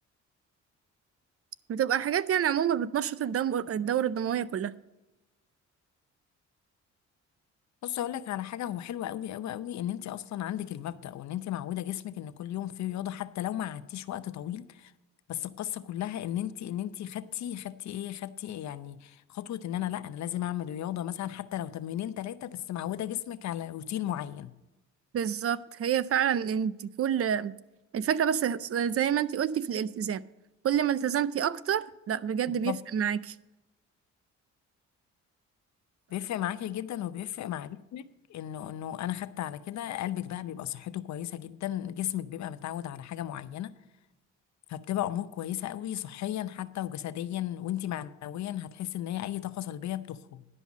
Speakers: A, on the right; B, on the left.
A: بتبقى حاجات يعني عموما بتنشط الدم الدورة الدموية كلها
B: بص اقول لك على حاجه هو حلو قوي قوي قوي ان انت اصلا عندك المبدا وان انت معوده جسمك ان كل يوم فيه رياضه حتى لو ما قعدتيش وقت طويل بس القصه كلها ان انت ان انت خدتي خدتي ايه خدتي إيه يعني خطوه ان انا لا انا لازم اعمل رياضه مثلا حتى لو تمرينين ثلاثه بس معوده جسمك على روتين معين
A: بالظبط هي فعلا انت كل الفكرة بس زي ما انت قلتي في الالتزام كل ما التزمتي أكتر لا بجد
B: بالظبط
A: بيفرق معاكي
B: بيفرق معاكي جدا وبيفرق مع جسمك انه انه انا خدت على كده قلبك بقى بيبقى صحته كويسه جدا جسمك بيبقى متعود على حاجه معينه فبتبقى امور كويسه قوي صحيا حتى وجسديا وانتي معنويا هتحسي ان هي اي طاقه سلبيه بتخرج